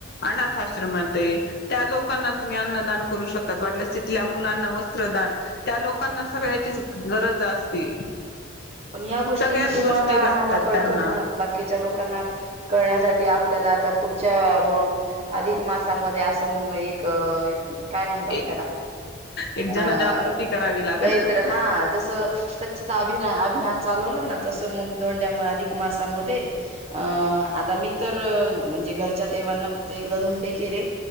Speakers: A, on the left; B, on the right.
A: अनाथ आश्रम ते त्या लोकांना तुम्ही अन्नदान करू शकतात वाटलं तिथल्या मुलांना वस्त्रदान त्या लोकांना सगळ्याची गरज असते
B: पण या गोष्टींना
A: सगळ्याच
B: तुम्हाला
A: गोष्टी
B: आम्हाला
A: लागतात
B: कळतात
A: त्यांना
B: ना बाकीच्या लोकांना करण्यासाठी आपल्याला आता पुढच्या ोन अधिक मासामध्ये असं मंग एक काय म्हणतात
A: एक
B: त्याला
A: एक जनजागृती
B: अ
A: करावी लागेल
B: काहीत हा जस स्वच्छता अभि अभियान चालवलं ना तसं मग दोंड्या म अधिक मासामध्ये अ आता मी तर म्हणजे घरच्या देवांना फक्त एकदा धोंडे केले